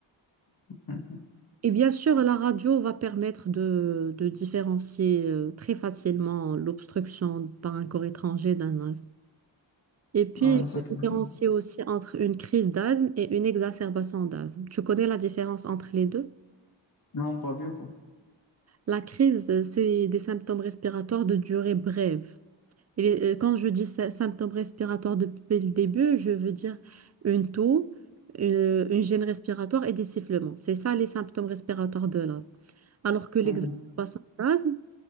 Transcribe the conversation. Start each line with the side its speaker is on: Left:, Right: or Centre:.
Left: Hmm,
Right: Et bien sûr, la radio va permettre de, de différencier euh, très facilement l'obstruction par un corps étranger d'un asthme. Et puis,
Left: ouais,
Right: il
Left: c'est
Right: faut
Left: clair.
Right: différencier aussi entre une crise d'asthme et une exacerbation d'asthme. Tu connais la différence entre les deux?
Left: Non, pas du tout.
Right: La crise, euh, c'est des symptômes respiratoires de durée brève. Et euh, quand je dis sy- symptômes respiratoires depuis le début, je veux dire une toux, euh, une gêne respiratoire et des sifflements. C'est ça les symptômes respiratoires de l'asthme. Alors que l'exacerbation
Left: Hmm.
Right: d'asthme,